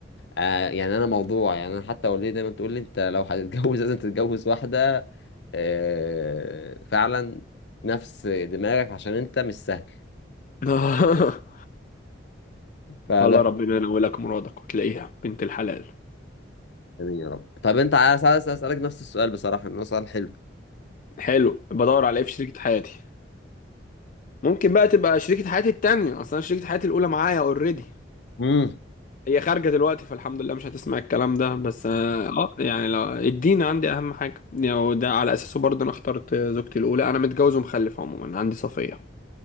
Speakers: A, on the left (about 65°); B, on the left (about 45°).
A: آه يعني انا موضوع يعني انا حتى والدتي دايما تقول لي انت لو هتتجوز <laughs> لازم تتجوز واحده آه فعلا نفس دماغك عشان انت مش سهل
B: <laughs>
A: فبس
B: الله ربنا ينولك مرادك وتلاقيها بنت الحلال
A: آمين يا رب طب انت عايز عايز اسالك نفس السؤال بصراحه انه سؤال حلو
B: حلو بدور على ايه في شريكة حياتي ممكن بقى تبقى شريكة حياتي التانية اصلا شريكة حياتي الاولى معايا اوريدي
A: امم
B: هي خارجة دلوقتي فالحمد لله مش هتسمع الكلام ده بس اه آه، يعني لو الدين عندي اهم حاجة يعني وده على اساسه برضه انا اخترت زوجتي الاولى انا متجوز ومخلف عموما عندي صفية